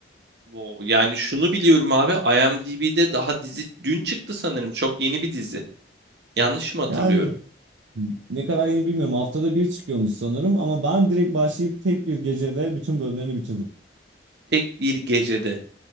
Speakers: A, on the right; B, on the right.
A: Wow. Yani şunu biliyorum abi IMDb'de daha dizi dün çıktı sanırım. Çok yeni bir dizi. Yanlış mı hatırlıyorum?
B: Yani ne kadar yeni bilmiyorum. Haftada bir çıkıyormuş sanırım ama ben direkt başlayıp tek bir gecede bütün bölümlerini bitirdim.
A: Tek bir gecede.